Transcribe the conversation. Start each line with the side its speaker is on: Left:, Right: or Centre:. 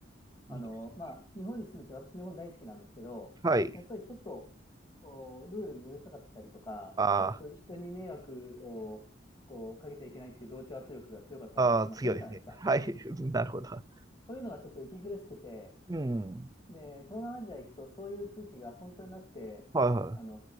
Left: あの、
Right: いいです
Left: まあ日本に住んでて私日本大好きなんですけど、
Right: はい。
Left: やっぱりちょっとこうルールにうるさかったりとか、
Right: あ
Left: まあ、そういう人に迷惑をこうかけちゃいけないっていう同調圧力が強かったりとか、
Right: あ、ああ、
Left: まあするじゃないですか。
Right: 強いですね。はい、<laughs> なるほど。
Left: そういうのがちょっと息苦しくて、
Right: うん。
Left: で、東南アジア行くとそういう空気が本当になくて、
Right: はい、はい。
Left: あの
Right: ああ、